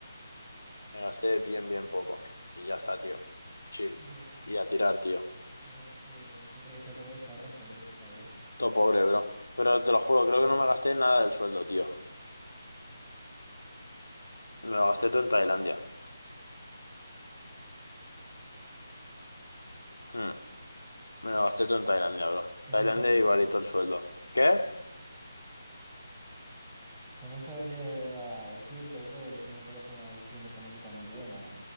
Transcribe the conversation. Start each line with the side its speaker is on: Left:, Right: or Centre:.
Left: Me gasté bien, bien poco. Y ya está, tío. Chill.
Centre: Hombre,
Left: Y a tirar, tío.
Centre: claro, es que siempre que se puede se ahorra en comida, bro.
Left: Todo pobre, bro. Pero te lo juro, creo que
Centre: Sí,
Left: no me gasté nada del sueldo, tío. Me lo gasté todo en Tailandia. Mm, Me lo gasté todo en Tailandia, bro.
Centre: pues
Left: Tailandia
Centre: no sabría decirte.
Left: igualito el sueldo. ¿Qué?
Centre: Que no sabría decirte, bro, de si me parece una decisión económica muy buena.